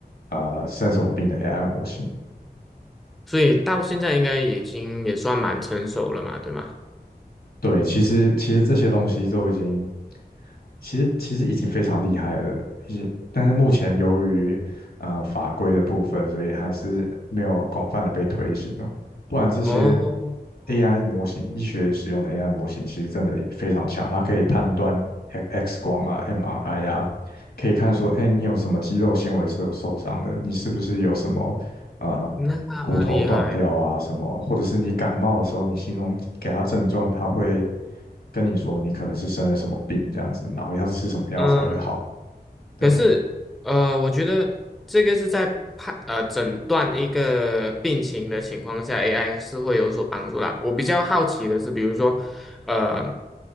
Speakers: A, on the left; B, in the centre.
A: 啊生什么病的 AI 模型。
B: 所以到现在应该已经也算蛮成熟了嘛，对吗？
A: 对，其实其实这些东西都已经，其实其实已经非常厉害了，已经，但是目前由于呃法规的部分，所以还是没有广泛的被推行哦。不然这些
B: 哦，哦，
A: AI 模型，医学使用的 AI 模型，其实真的非常强，它可以判断 X 光啊、MRI 啊，可以看说，哎，你有什么肌肉纤维是有受伤的，你是不是有什么呃骨头断掉啊什么，
B: 那么厉害，
A: 或者是你感冒的时候，你形容给它症状，它会跟你说你可能是生了什么病这样子，然后要吃什么药才会好。
B: 嗯。
A: 对，
B: 可是，呃，我觉得这个是在判呃诊断一个病情的情况下，AI 是会有所帮助啦。我比较好奇的是，比如说，呃，